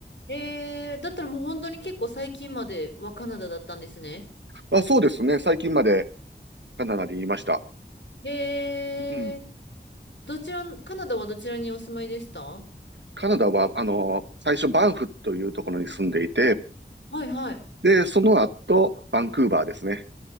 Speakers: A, on the left; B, on the right.
A: えー、だったらもう本当に結構最近まではカナダだったんですね。
B: あ、そうですね。最近までカナダにいました。
A: えー、
B: うん。
A: どちら、カナダはどちらにお住まいでしたは
B: カナダは、あのー、最初バンフというところに住んでいて、
A: い、はい。
B: で、その後、バンクーバーですね。